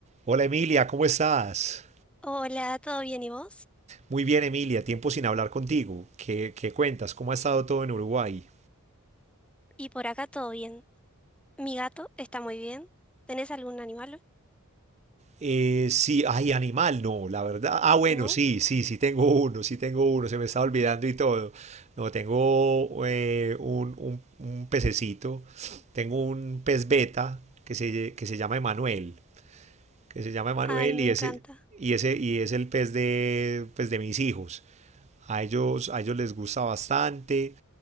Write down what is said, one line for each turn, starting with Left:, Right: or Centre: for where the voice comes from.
Right: Hola Emilia, ¿cómo estás?
Centre: Hola, ¿todo bien y vos?
Right: Muy bien Emilia, tiempo sin hablar contigo. ¿Qué, qué cuentas? ¿Cómo ha estado todo en Uruguay?
Centre: Y por acá todo bien. Mi gato está muy bien. ¿Tenés algún animal?
Right: Eh, sí, ay, animal, no, la verdad. Ah, bueno,
Centre: ¿No?
Right: sí, sí, sí tengo uno, sí tengo uno, se me estaba olvidando y todo. No, tengo eh, un, un- un pececito, tengo un pez beta que se, que se llama Emanuel. que se llama Emanuel
Centre: Ay, me
Right: y
Centre: encanta.
Right: ese, y ese, y es el pez de, pues, de mis hijos. A ellos, a ellos les gusta bastante.